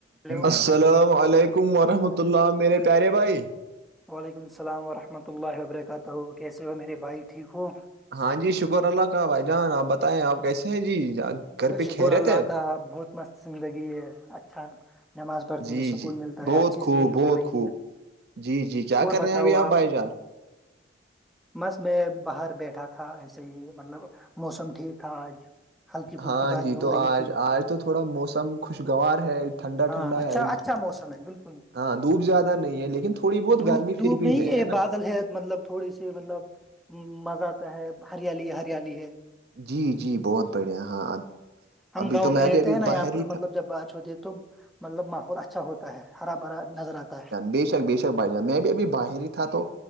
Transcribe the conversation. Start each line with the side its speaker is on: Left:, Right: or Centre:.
Centre: hello
Right: السلام علیکم ورحمۃ اللہ میرے پیارے بھائی
Centre: وعلیکم السلام ورحمۃ اللہ وبرکاتہ کیسے ہو میرے بھائی ٹھیک ہو
Right: ہاں جی شکر اللہ کا بھائی جان آپ بتائیں آپ کیسے ہیں جی پہ
Centre: شکر
Right: خیریت
Centre: اللہ
Right: ہے
Centre: کا بہت مست زندگی ہے اچھا نماز پڑھتے
Right: جی
Centre: ہے سکون
Right: جی
Centre: ملتا
Right: بہت
Centre: ہے اچھی زندگی
Right: خوب
Centre: گزر
Right: بہت
Centre: رہی
Right: خوب
Centre: ہے
Right: جی جی کیا
Centre: اور
Right: کر
Centre: بتاؤ
Right: رہے ہیں ابھی آپ بائی جان
Centre: بس میں باہر بیٹھا تھا ایسے ہی مطلب موسم ٹھیک تھا آج ہلکی پھلکی
Right: ہاں
Centre: بارش
Right: جی
Centre: ہو
Right: تو
Centre: رہی
Right: آج
Centre: تھی
Right: آج تو تھوڑا موسم خوشگوار ہے ٹھنڈا
Centre: ہاں
Right: ٹھنڈا
Centre: اچھا
Right: ہے
Centre: اچھا موسم ہے بالکل
Right: ہاں دھپ زیادہ نہیں ہے لیکن تھوڑی بہت
Centre: دھوپ
Right: گرمی
Centre: دھوپ
Right: پھر بھی
Centre: نہیں
Right: ہے
Centre: یہ
Right: ہے نا
Centre: بادل ہے مطلب تھوڑی سی مطلب مزہ آتا ہے ہریالی ہریالی ہے
Right: جی جی بہت بڑھیا ہاں
Centre: ہم
Right: ابھی
Centre: گاؤں
Right: تو
Centre: میں رہتے
Right: بھی ابھی
Centre: ہیں
Right: باہر
Centre: نا یہاں
Right: ہی
Centre: پر
Right: تھا
Centre: مطلب جب بارچ ہوتی ہے تو مطلب ماحول اچھا ہوتا ہے ہرا بھرا نظر آتا ہے
Right: بشک بی بجان میں بھی ابھی باہر ہی تھا تو